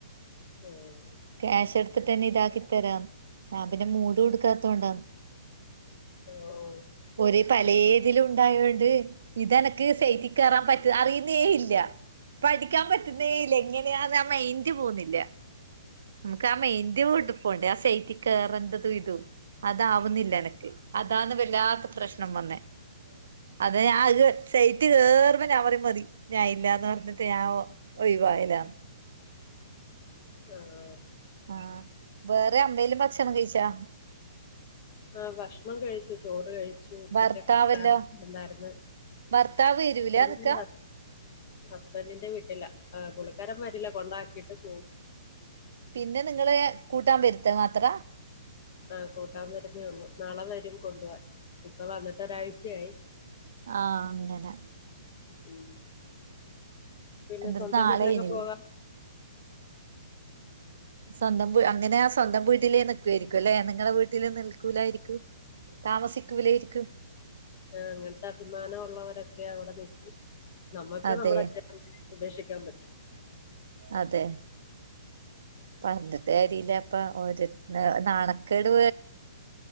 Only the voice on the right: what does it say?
ക്യാഷ് എടുത്തിട്ട് തന്നെ ഇതാക്കി തരാം ഞാൻ പിന്നെ മൂട് കൊടുക്കാത്തത് കൊണ്ടാണ്
ഒരേ പലേതിലും ഉണ്ടായോണ്ട് ഇതെനക്ക് സൈറ്റ് കേയറാൻ പറ്റ അറിയുന്നേ ഇല്ല പഠിക്കാൻ പറ്റുന്നേ ഇല്ലങ്ങന അഹ മയിന്റ് പോന്നവുന്നില്ല അഹ് മയിന്റ് പോണ്ടേ ആ സൈറ്റ് കയറേണ്ടതും ഇതും അതാവുന്നില്ല എനക്ക് അതാന്ന് വല്ലാ തെ പ്രശ്നം വന്നേ അതെ ഞാൻ സേറ്റ് കേയറുമ്പോ പറ മതി ഞാൻ ഇല്ലന്ന് പറഞ്ഞിട്ട് ഞ ഒയിവായലാണ്
ആഹ വേറെ എന്തേലും ഭക്ഷണം കഴിച്ചാ
ഭർത്താവല്ലോ
ഭർത്താവ് വരൂല
നിക്ക
പിന്നെ നിങ്ങള് കൂട്ടാൻ വരുത്ത്മാത്ര
ആഹ അങ്ങനെ
എന്റെരു
നാളെയിനി
സ്വന്തം അങ്ങനെ ആ സ്വന്തം വീട്ടിലേ നിൽക്കായിരിക്കും അല്ലേ നിങ്ങളെ വീട്ടിലേ നിൽക്കൂലായിരിക്കും താമസിക്കൂലായിരിക്കും
അതെ
അതെ പറഞ്ഞിട്ട് കരില്ലപ്പ ഓര് നാണക്കേട്